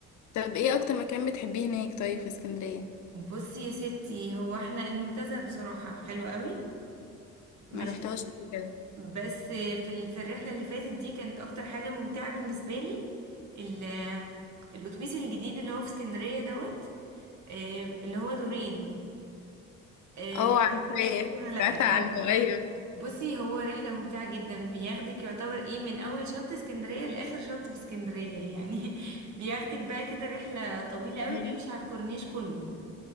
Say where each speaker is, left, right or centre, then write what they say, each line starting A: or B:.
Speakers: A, on the left; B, on the right.
A: طب ايه اكتر مكان بتحبيه هناك طيب في اسكندرية
B: بصي يا ستي هو احنا المنتزه بصراحة حلو قوي ماشي
A: ما رحتهاش قبل كده
B: بس في ال... في الرحلة اللي فاتت دي كانت اكتر حاجة ممتعة بالنسبة لي ال... الاتوبيس الجديد اللي هو في اسكندرية دوت آه، اللي هو دورين آه،
A: اه
B: مش
A: عارفاه
B: عارفة انت شفتيه ولا لا
A: سمعت عنه
B: اه
A: ايوه
B: بصي هو رحلة ممتعة جدا بياخدك يعتبر ايه من اول شط اسكندرية لاخر شط في اسكندرية يعني <laughs> بياخدك بقى كده رحلة طويلة قوي
A: ايوه
B: بيمشي على الكورنيش كله